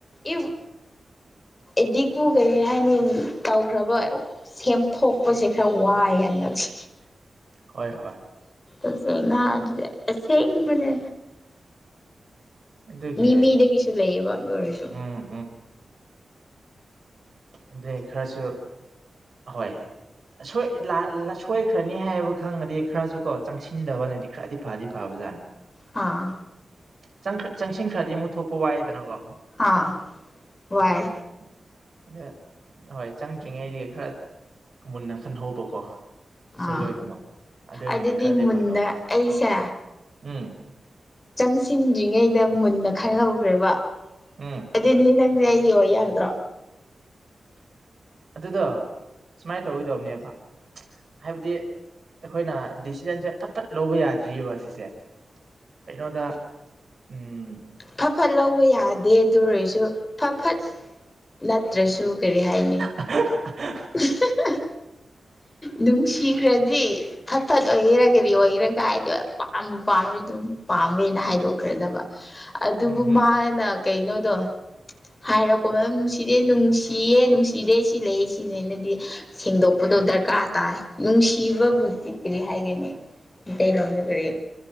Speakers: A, on the left; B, on the right.
A: ꯏꯐ ꯑꯦꯗꯤꯛꯄꯨ ꯀꯔꯤ ꯍꯥꯏꯅꯤ ꯇꯧꯈ꯭ꯔꯕ ꯁꯦꯝꯗꯣꯛꯄꯁꯦ ꯈꯔ ꯋꯥꯏ ꯍꯟꯗꯛꯁꯦ
B: ꯍꯣꯏ ꯍꯣꯏ
A: <inaudible> ꯑꯁꯦꯡꯕꯅꯦ
B: ꯑꯗꯨꯒꯤ
A: ꯃꯤ ꯃꯤꯗꯒꯤꯁꯨ ꯂꯩꯌꯦꯕ ꯑꯗꯨ ꯑꯣꯏꯔꯁꯨ
B: ꯎꯝ ꯑꯗꯨꯏ ꯈꯔꯁꯨ ꯍꯣꯏ ꯁꯣꯏꯈ꯭ꯔꯅꯤ ꯍꯥꯏꯕ ꯈꯪꯉꯗꯤ ꯈꯔꯁꯨ ꯀꯣ ꯆꯪꯁꯤꯟꯗꯕꯅꯗꯤ ꯈꯔꯗꯤ ꯐꯗꯤ ꯐꯕ ꯖꯥꯠꯅꯦ
A: ꯑꯥ
B: ꯆꯪ ꯆꯪꯁꯤꯟꯈ꯭ꯔꯗꯤ ꯑꯃꯨꯛ ꯊꯣꯛꯄ ꯋꯥꯏꯗꯅꯀꯣ
A: ꯑꯥ ꯋꯥꯏ
B: ꯍꯣꯏ ꯑꯗ ꯍꯣꯏ ꯆꯪꯗ꯭ꯔꯤꯉꯩꯗꯒꯤ ꯈꯔ ꯃꯨꯟꯅ ꯈꯟꯍꯧꯕꯀꯣ ꯏꯁꯩ
A: ꯑꯥ
B: ꯂꯣꯏꯅꯃꯛ ꯑꯗꯨ ꯑꯣꯏꯅꯗꯤ
A: ꯑꯗꯨꯗꯤ
B: ꯈꯔꯗꯤ
A: ꯃꯨꯟꯅ
B: ꯐꯗꯧ ꯃꯥꯜꯂꯦ
A: ꯑꯩꯁꯦ
B: ꯎꯝ
A: ꯆꯪꯁꯤꯟꯗ꯭ꯔꯤꯉꯩꯗ ꯃꯨꯟꯅ ꯈꯟꯍꯧꯈ꯭ꯔꯦꯕ
B: ꯎꯝ
A: ꯑꯗꯨꯗꯤ ꯅꯪꯁꯦ ꯑꯩ ꯑꯣꯏ ꯌꯥꯒꯗ꯭ꯔꯣ
B: ꯑꯗꯨꯗꯣ ꯁꯨꯃꯥꯏ ꯇꯧꯒꯦ ꯇꯧꯕꯅꯦꯕ ꯍꯥꯏꯕꯗꯤ ꯑꯩꯈꯣꯏꯅ ꯗꯤꯁꯤꯖꯟꯁꯦ ꯐꯠ ꯐꯠ ꯂꯧꯕ ꯌꯥꯗ꯭ꯔꯤꯌꯦꯕ ꯑꯁꯤꯁꯦ ꯀꯩꯅꯣꯗ ꯎꯝ
A: ꯐꯠ ꯐꯠ ꯂꯧꯕ ꯌꯥꯗꯦ ꯑꯗꯨ ꯑꯣꯏꯔꯁꯨ ꯐꯠ ꯐꯠ ꯅꯠꯇ꯭ꯔꯁꯨ ꯀꯔꯤ ꯍꯥꯏꯅꯤ
B: <unintelligible>
A: <unintelligible> ꯅꯨꯡꯁꯤꯈ꯭ꯔꯗꯤ ꯐꯠ ꯐꯠ ꯑꯣꯏꯒꯦꯔ ꯀꯔꯤ ꯑꯣꯏꯒꯦꯔ ꯀꯥꯏꯗꯦꯕ ꯄꯥꯝꯕꯨ ꯄꯥꯝꯃꯗꯤ ꯑꯗꯨꯝ ꯄꯥꯝꯃꯦꯅ ꯍꯥꯏꯗꯣꯛꯈ꯭ꯔꯗꯕ ꯑꯗꯨꯕꯨ
B: ꯎꯝ ꯍꯝ
A: ꯃꯥꯅ ꯀꯩꯅꯣꯗꯣ ꯍꯥꯏꯔꯛꯄ ꯎꯝ ꯅꯨꯡꯁꯤ ꯁꯤꯗꯦ ꯅꯨꯡꯁꯤꯌꯦ ꯅꯨꯡꯁꯤꯗꯦ ꯁꯤ ꯂꯩ ꯁꯤꯅꯦꯅꯗꯤ ꯁꯦꯡꯗꯣꯛꯄꯗꯣ ꯗꯔ ꯀꯥꯔ ꯇꯥꯏ ꯅꯨꯡꯁꯤꯕꯕꯨꯗꯤ ꯀꯔꯤ ꯍꯥꯏꯒꯅꯤ ꯃꯩꯇꯩꯂꯣꯟꯗ ꯀꯔꯤ